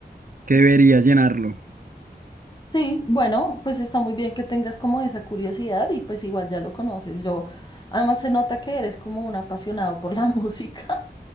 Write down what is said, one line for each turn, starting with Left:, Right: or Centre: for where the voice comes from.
Right: que debería llenarlo.
Left: Sí, bueno, pues está muy bien que tengas como esa curiosidad y pues igual ya lo conoces. Yo, además se nota que eres como un apasionado por la <laughs> música,